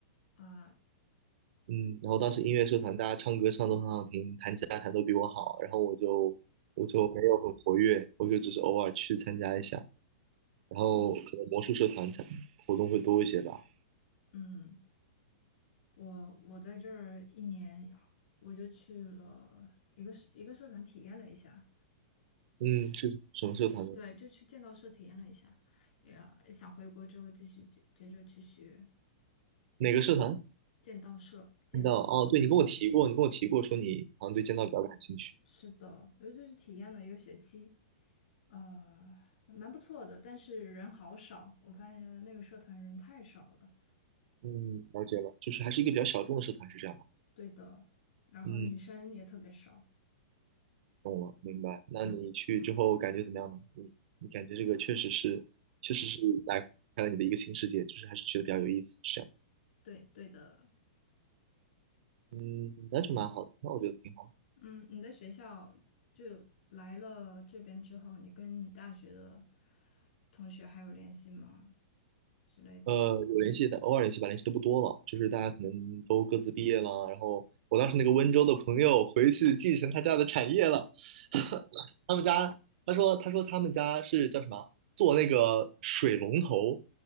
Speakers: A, on the left (about 65°); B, on the right (about 60°).
A: 啊？
B: 嗯，然后当时音乐社团大家唱歌唱都很好听，弹吉他弹都比我好，然后我就我就没有很活跃，我就只是偶尔去参加一下，然后可能魔术社团参活动会多一些吧。
A: 嗯。嗯，我我在这儿一年，我就去了一个社一个社团体验了一下，
B: 嗯，是什么社团呢？
A: 对，就去剑道社体验了一下，也想回国之后继续去接着去学
B: 哪个社团？
A: 剑道社剑道。
B: 看到哦，对，
A: 嗯，
B: 你跟我提过，你跟我提过说你好像对剑道比较感兴趣。
A: 是的，尤其是体验了一个学期，呃，蛮不错的，但是人好少，我发现那个社团人太少了。
B: 嗯，了解了，就是还是一个比较小众的社团，是这样吗？
A: 对的，然后女生也特别少。
B: 嗯，懂了，明白。那你去之后感觉怎么样呢？你你感觉这个确实是，确实是打开了你的一个新世界，就是还是觉得比较有意思，是这样。
A: 对对的，
B: 嗯，那就蛮好的，那我觉得挺好。
A: 嗯，你的学校就来了这边之后，你跟你大学的同学还有联系吗？之类的。
B: 呃，有联系的，偶尔联系吧，联系的不多了。就是大家可能都各自毕业了，然后我当时那个温州的朋友回去继承他家的产业了，<laughs> 他们家，他说，他说他们家是叫什么，做那个水龙头